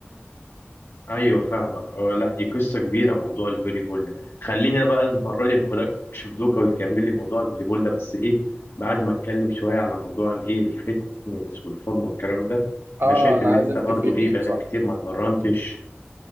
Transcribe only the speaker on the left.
ايوه فاهمك اه لا دي قصه كبيره موضوع الفولي بول ده خلينا بقى المره دي ما اخدكش في دوكا وتكمل لي موضوع الفولي بول ده بس ايه بعد ما اتكلم شويه على موضوع الايه الفتنس والفورمه والكلام ده
انا شايف
ان
انت برضو
ايه بقالك
كتير ما اتمرنتش